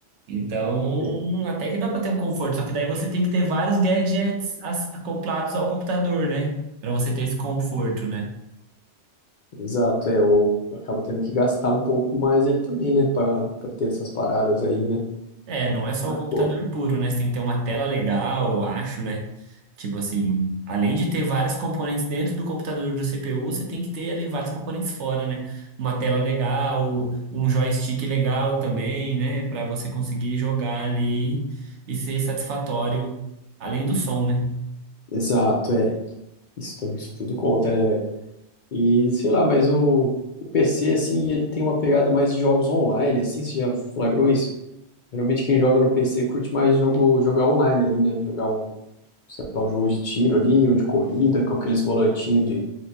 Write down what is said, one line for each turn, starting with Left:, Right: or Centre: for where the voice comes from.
Right: Então,
Left: É,
Right: até que dá pra ter um conforto, só que daí você tem que ter vários gadgets as- acoplados ao computador, né? Pra você ter esse conforto, né?
Left: exato, é, ou acaba tendo que gastar um pouco mais ali também, né, pra, pra ter essas paradas aí, né,
Right: É, não é só
Left: mas,
Right: o computador
Left: pô,
Right: puro, né? Você tem que ter uma tela legal, eu acho, né? Tipo assim, além de ter vários componentes dentro do computador do CPU, você tem que ter ali vários componentes fora, né? Uma tela legal, um joystick legal também, né? Pra você conseguir jogar ali e ser satisfatório, além do som, né?
Left: exato, é, isso, tu- isso tudo conta, né, velho, e sei lá, mas o, o PC, assim, ele tem uma pegada mais de jogos online, assim, você já flagrou isso? Geralmente quem joga no PC curte mais jogo, jogar online ali, né? Jogar um, lá, um jogo de tiro ali, um de corrida, com aqueles volantinhos de